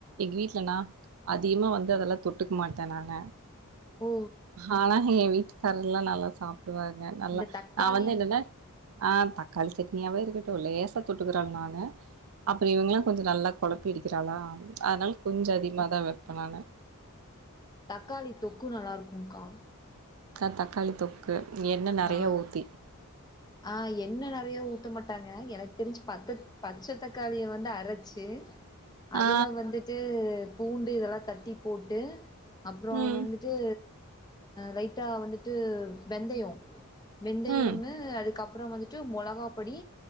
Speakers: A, on the right; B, on the left.
A: எங்க வீட்டு்லனா அதிகமா வந்து அதெல்லாம் தொட்டுக்க மாட்டேன் நாங்க
B: ஓ
A: ஆனா ஏ வீட்டுக்காரல்லாம் நல்லா சாப்பிடுவாங்க நல்லா
B: இந்த தக்காளி
A: நான் வந்து என்னன்ன ஆ தக்காளி சட்னியாவே இருக்கட்டும் லேசா தொட்டுக்கிறா ஆள் நானு அப்புறம் இவங்களாம் கொஞ்சம் நல்லா குழப்பிஅடிக்கிற ஆளா அதனால கொஞ்சம் அதிகமாக தான் வைப்பேன் நானு
B: தக்காளி தொக்கு நல்லா இருக்கும்கா
A: கா தக்காளி தொக்கு என்ன நிறையா
B: ஆ
A: ஊத்தி
B: ஆ என்ன நெறைய ஊத்த மாட்டாங்க எனக்கு தெரிஞ்சு பத்து பச்ச தக்காளிய வந்து அரைச்சு அதுல
A: ஆ
B: வந்துட்டு பூண்டு இதெல்லாம் தட்டி போட்டு அப்புறம்
A: ம்
B: வந்துட் இது லைட்டா வந்துட்டு வெந்தயம் வெந்தயமு
A: ம்
B: அதுக்கு அப் அப்புறம் வந்துட்டு மொளகா பொடி